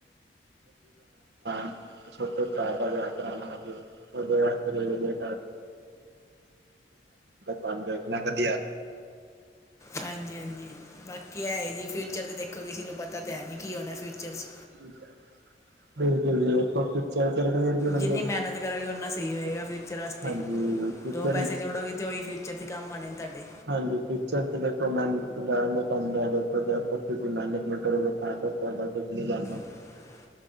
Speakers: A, on the right; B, on the left.
A: <unintelligible> ਛੋਟੋ ਭਰਾ ਦਾ ਵਿਆਹ ਕਰਨਾ ਹਜੇ। <unintelligible> ਕੰਮ ਦੇਖਣਾ।
B: ਹਾਂਜੀ ਹਾਂਜੀ। ਬਾਕੀ ਐ ਜੀ ਫਿਊਚਰ ਤੇ ਦੇਖੋ ਕਿਸੇ ਨੂੰ ਪਤਾ ਤਾਂ ਹੈ ਨੀ ਕੀ ਹੋਣਾ ਫਿਊਚਰ 'ਚ।
A: <unintelligible> <inaudible>
B: ਜਿੰਨੀ ਮਿਹਨਤ ਕਰੋਗੇ
A: <unintelligible>
B: ਉਨਾ ਸਹੀ ਹੋਏਗਾ ਫਿਊਚਰ ਵਾਸਤੇ ਦੋ ਪੈਸੇ ਜੋੜੋਗੇ ਤੇ ਔਈ ਫਿਊਚਰ ਦੇ ਕੰਮ ਆਣੇ ਨੇ ਤਾਡੇ।
A: ਹਾਂਜੀ ਫਿਊਚਰ ਤੇ ਦੇਖੋ ਮੈਨ ਤਾਨ ਦਸ ਦਾ ਦੇਖੋ ਜਬ ਤਕ ਤੁਸੀ ਮੇਹਨਤ ਨੀ ਕਰੋਗੇ ਤਾਂ ਤਕ ਤਾਡਾ <inaudible>
B: <inaudible>